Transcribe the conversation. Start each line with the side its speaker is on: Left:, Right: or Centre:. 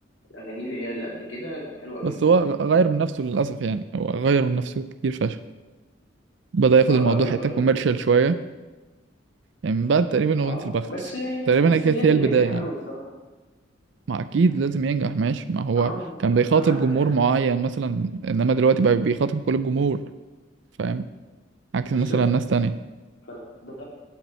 Left: اغانيه اللي هي اللي قبل كده كانت حلوه قوي
Right: بس هو
Left: زمان
Right: غير
Left: يعني
Right: من نفسه للاسف يعني هو غير من نفسه كتير فشخ بدأ ياخد
Left: اه
Right: الموضوع
Left: قوي
Right: حته
Left: غير
Right: كوميرشال
Left: جامد
Right: شويه يعني من بعد تقريبا اغنيه
Left: اه
Right: البخت
Left: بس
Right: تقريبا
Left: بس
Right: هي كانت
Left: ن-
Right: هي البدايه
Left: نجح
Right: يعني
Left: قوي الصراحه
Right: ما اكيد لازم ينجح ماشي ما هو
Left: اه
Right: كان بيخاطب
Left: عدى
Right: جمهور
Left: يعني
Right: معين مثلا انما دلوقتي بقى بيخاطب كل الجمهور فاهم عكس
Left: بالظبط
Right: مثلا ناس تانية
Left: فده